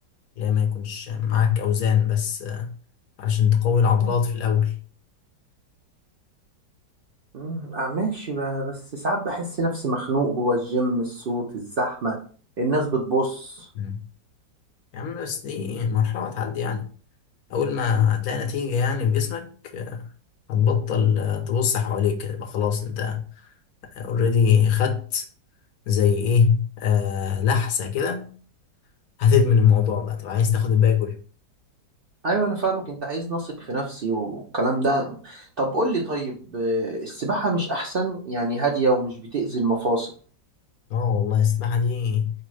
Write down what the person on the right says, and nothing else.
أمم، آه، ماشي ب- بس ساعات بحس نفسي مخنوق جوه الجيم الصوت الزحمة الناس بتبص
ايوه انا فاهمك انت عايز نثق في نفسي والكلام ده طب قول لي طيب آه، السباحة مش احسن يعني هادية ومش بتأذي المفاصل